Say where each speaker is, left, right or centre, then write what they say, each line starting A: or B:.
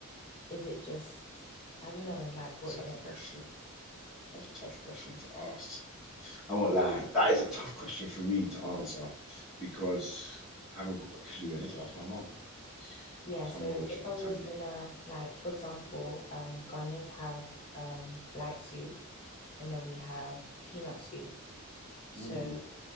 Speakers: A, on the left (about 25°); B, in the centre.
A: is it just I don't know, like
B: It's
A: what is
B: a tough
A: it?
B: question. That's a tough question to ask. I won't lie. That is a tough question for me to answer because I haven't got a clue. I need to ask my mom.
A: Yeah,
B: Ask
A: so
B: my mom if
A: if
B: she could
A: I was
B: tell me.
A: gonna like, for example, um, Ghanaians have um light soup, and then we have peanut soup. So
B: Ooh,